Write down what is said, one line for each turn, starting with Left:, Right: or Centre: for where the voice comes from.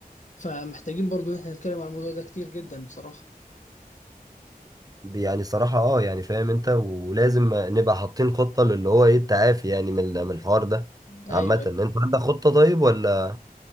Left: فمحتاجين برضو ان احنا نتكلم عن الموضوع ده كتير جدا بصراحة
Right: يعني صراحة اه يعني فاهم انت ولازم نبقى حاطين خطة للي هو ايه التعافي يعني من ال- من الحوار ده
Left: ايوه
Right: عامة انت عندك خطة طيب ولا